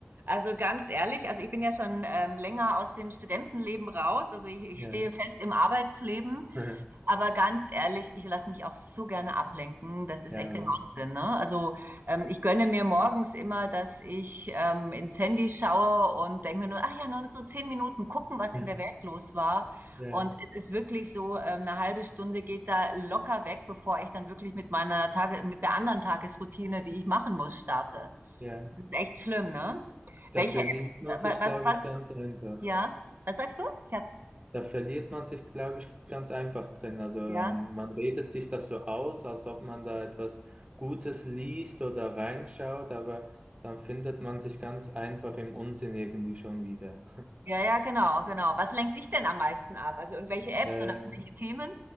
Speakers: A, on the right (about 55°); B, on the right (about 25°).
A: also ganz ehrlich, also ich bin ja schon ähm, länger aus dem Studentenleben raus. Also ich, ich
B: Ja,
A: stehe fest im Arbeitsleben
B: <laughs>
A: Aber ganz ehrlich, ich lasse mich auch so gerne ablenken. Das ist
B: ja,
A: echt
B: oder?
A: der Wahnsinn, ne? Also ähm, ich gönne mir morgens immer, dass ich ähm, ins Handy schaue und denke mir nur, ach ja, nur so zehn Minuten gucken, was
B: Hm.
A: in der Welt los war.
B: Ja,
A: Und es ist wirklich so, ähm, eine halbe Stunde geht da locker weg, bevor ich dann wirklich mit meiner Tage, mit der anderen Tagesroutine, die ich machen muss, starte.
B: ja.
A: Das ist echt schlimm, ne?
B: Da
A: Welche
B: verdient
A: Apps,
B: man
A: wa-
B: sich,
A: was,
B: glaube
A: was,
B: ich, ganz einfach.
A: ja, was sagst du? Ich hab,
B: Da verliert man sich, glaube ich, ganz einfach drin. Also ähm,
A: ja.
B: man redet sich das so aus, als ob man da etwas Gutes liest oder reinschaut, aber dann findet man sich ganz einfach im Unsinn irgendwie schon wieder.
A: Ja, ja, genau, genau. Was lenkt dich denn am meisten ab? Also irgendwelche Apps
B: Ähm,
A: oder irgendwelche Themen?